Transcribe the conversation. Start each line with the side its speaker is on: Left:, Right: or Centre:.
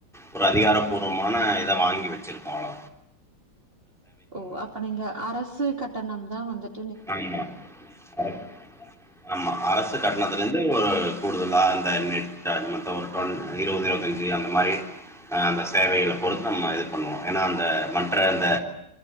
Centre: ஒரு அதிகாரபூர்வமான இத வாங்கி வச்சிருக்கோ அவ்வள
Right: ஓ அப்ப நீங்க அரசு கட்டணம் த வந்துட்
Centre: ஆமா அம் ஆமா அரசு கட்டணத்ல
Right: ஓ.
Centre: இருந்து ஒரு கூடுதலா இத நெட் அதுமத் ஒரு டொன் இருவது இருவத்தஞ்சு அந்த மாரி அந்த சேவகள பொறுத்து நம்ம இது பண்ணுவோம் ஏன்னா அந்த மற்ற அந்த